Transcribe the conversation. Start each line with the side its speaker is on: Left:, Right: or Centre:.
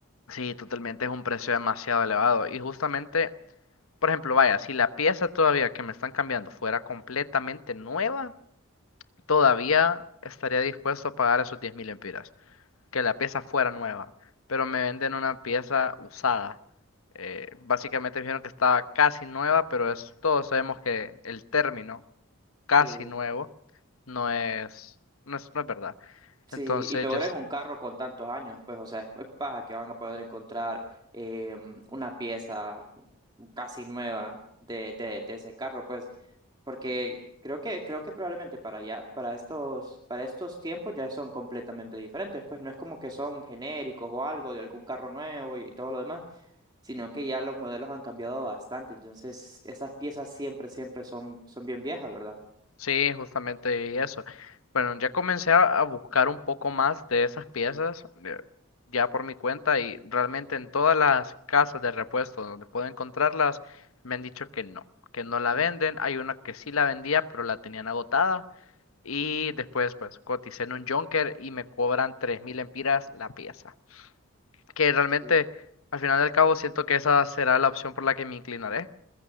Left: sí, totalmente es un precio demasiado elevado. Y justamente, por ejemplo, vaya, si la pieza todavía que me están cambiando fuera completamente nueva, todavía estaría dispuesto a pagar esos 10.000 mil que la pieza fuera nueva, pero me venden una pieza usada. Eh, básicamente me dijeron que estaba casi nueva, pero es, todos sabemos que el término casi
Right: Sí,
Left: nuevo no es, no es, no es verdad.
Right: Sí,
Left: Entonces,
Right: y peor
Left: yo, s-
Right: en un carro con tantos años, pues, o sea, es es paja que van a poder encontrar eh, una pieza casi nueva de, de, de ese carro, pues, porque creo que, creo que probablemente para ya, para estos, para estos tiempos ya son completamente diferentes, pues no es como que son genéricos o algo de algún carro nuevo y y todo lo demás, sino que ya los modelos han cambiado bastante, entonces esas piezas siempre, siempre son, son bien viejas, ¿verdad?
Left: sí, justamente y eso. Bueno, ya comencé a, a buscar un poco más de esas piezas eh, ya por mi cuenta y realmente en todas las casas de repuesto donde puedo encontrarlas me han dicho que no, que no la venden. Hay una que sí la vendía, pero la tenían agotada. Y después, pues, coticé en un Junker y me cobran 3.000 empiras la pieza. Que realmente,
Right: Sí,
Left: al final del cabo, siento que esa será la opción por la que me inclinaré.